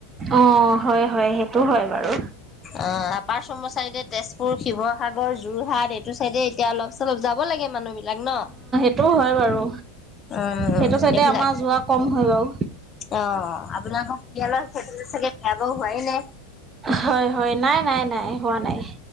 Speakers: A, on the right; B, on the left.
A: অ হয় হয় সেইটো হয়। বাৰু
B: অ আপাৰ আসামৰ তেজপুৰ, শিৱসাগৰ, যোৰহাট, সেইটো চাইডে এতিয়া অলপ চলপ যাব লাগে মানুহ বিলাক ন।
A: সেইটো হয়। বাৰু
B: উম
A: সেইটো চাইডে
B: এইবিলাক
A: আমাৰ যোৱা কম হয় বাৰু।
B: অ আপোনাৰ পৰিয়ালৰ সেইটো চাগে বিয়া বাৰু হোৱাই নাই।
A: হয় হয় নাই নাই নাই হোৱা নাই।